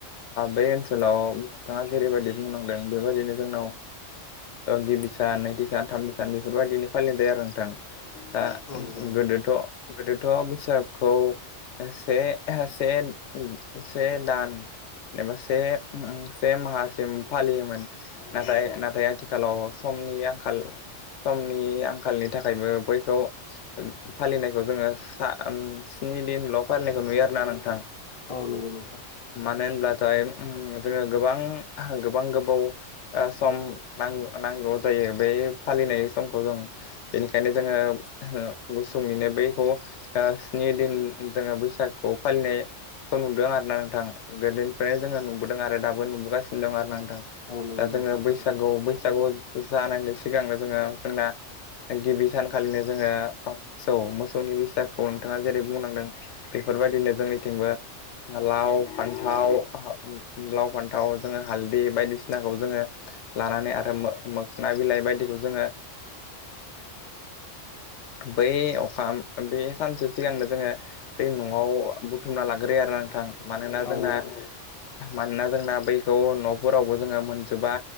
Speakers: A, on the left; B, on the left.
A: बै ओनसो ओनसोलाव नोंथाङा जेरैबायदि बुंलांदों बेबायदिनो जोंनाव गिबि सान नैथि सान थामथि सान बेफोरबायदिनो फालिबाय आरो नोंथां। दा
B: औ नंगौ नोंथां
A: गोदोथ' गोदोथ' बैसागुखौ। एसे एसे। से दान एबा से से माहासिम फालियोमोन नाथाय नाथाय आथिखालाव समनि आंखाल समनि आंखालनि थाखायबो बैखौ फालिनायखौ जोङो सा स्नि दिनल' फालिनायखौ नुयो आरोना नोंथां।
B: औ नंगौ नोंथां।
A: मानो होनब्लाथाय जोङो गोबां गोबां गोबाव सम नां नां। नांगौ जायो बै फालिनाय समखौ जों बेनिखायनो जोङो गुसुंनिनो बे खौ ओ स्नि दिन जोङो बैसागु फालिनायखौ नुदों आरो ना नोंथां गोदोनिफ्रायनो जोङो नुबोदों आरो दाबो। नुगासिनो दं आरो नोंथां
B: औ नंगौ
A: दा
B: नोंथां
A: जोङो बैसागु
B: थारैनो
A: बैसागु। जानायनि सिगांनो जोङो जोंना गिबि सानखालिनो जोङो मोसौ मोसौनि बैसागुखौ नोंथाङा जेरै बुंलांदों। बेफोरबायदिनो जोंनिथिंबो। लाव फान्थाव लाव फान्थाव जोङो हालदै बायदिसिनाखौ जोङो। लानानै आरो मो मोखना बिलाइ बायदिखौ जोङो। बै अखा बे सानसे सिगांनो जोङो। बे न'वाव बुथुमना लाग्रोयो आरो नोंथां मानोना
B: औ
A: जोंना
B: नंगौ नोंथां
A: मानोना जोंना। बैखौ न'फोरावबो। जोङो मोनजोबा